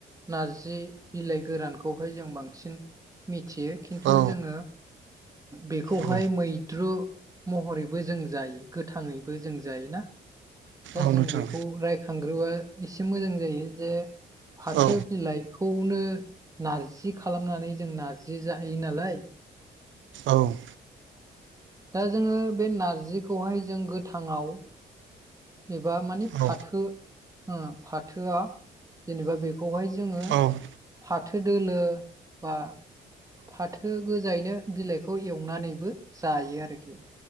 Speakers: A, on the right; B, on the right.
A: नारजि बिलाइ गोरानखौहाय जों बांसिन मिथियो खिन्थु
B: औ
A: जोङो बेखौहाय
B: औ
A: मैद्रु महरैबो जों जायो गोथाङैबो जों जायोना दा
B: औ
A: जों
B: नोंथां
A: बेखौ रायख थांग्रोबआ एसे मोजां जायो जे फाथो
B: औ
A: बिलाइखौनो नारजि खालामनानै जों नार्जि जाहायो नालाय <unintelligible>
B: औ।
A: दा जोङो बे नारजिखौहाय जों गोथाङाव एबा माने फाथो
B: औ
A: ओं फाथोआ जेनेबा बेखौहाय जोङो
B: औ नोंथां औ
A: फाथो दोलो बा फाथो गोजायैनो बिलाइखौ एवनानैबो जायो आरोखि।